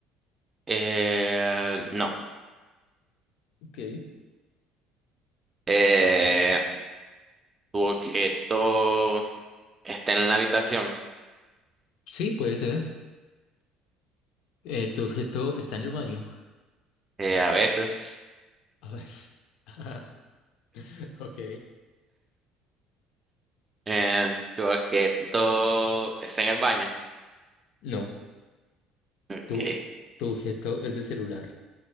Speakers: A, on the right (about 25°); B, on the left (about 70°).
A: Eh, no.
B: Ok.
A: Eh, tu objeto está en la habitación.
B: Sí, puede ser. Eh, tu objeto está en el baño.
A: Eh, a veces.
B: A ver. <laughs> Ok.
A: Eh, tu objeto está en el baño.
B: No.
A: Ok,
B: Tu, tu objeto es el celular.